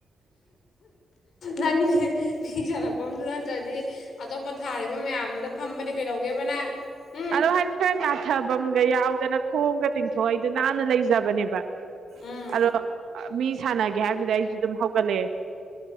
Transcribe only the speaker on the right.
ꯑꯗꯣ ꯍꯥꯏꯐꯦꯠ ꯉꯥꯊꯕꯝꯒ ꯌꯥꯎꯗꯅ ꯈꯣꯡꯒ ꯇꯤꯡꯊꯣꯛꯏꯗꯨ ꯅꯥꯟꯅ ꯂꯩꯖꯕꯅꯦꯕ
ꯑꯗꯣ ꯑꯥ ꯃꯤ ꯁꯥꯟꯅꯒꯦ ꯍꯥꯏꯕꯗꯨꯗꯤ ꯑꯩꯁꯨ ꯑꯗꯨꯝ ꯍꯧꯒꯠꯂꯛꯑꯦ